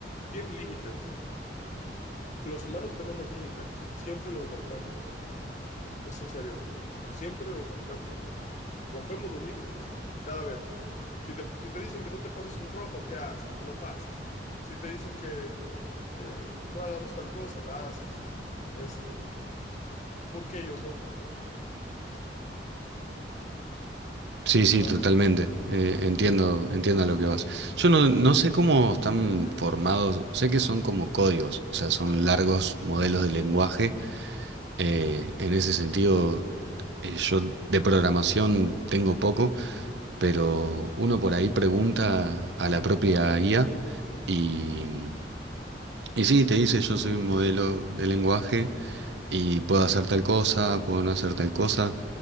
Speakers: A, on the left; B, on the right.
A: Tienen límites. Los humanos tenemos límites, siempre los rompemos. Es en serio, siempre los rompemos. Rompemos los límites cada vez. Si te, si te dicen que no te pases un rojo, ¿qué haces? Te lo pasas. Si te dicen que, que no hagamos tal cosa, la haces. Este, ¿por qué ellos no?
B: Sí, sí,
A: ¿Sabes
B: totalmente.
A: cómo?
B: Eh, entiendo, entiendo a lo que vas. Yo no, no sé cómo están formados, sé que son como códigos, o sea, son largos modelos de lenguaje. Eh, en ese sentido, eh, yo de programación tengo poco, pero uno por ahí pregunta a la propia IA y, y sí, te dice, yo soy un modelo de lenguaje y puedo hacer tal cosa, puedo no hacer tal cosa.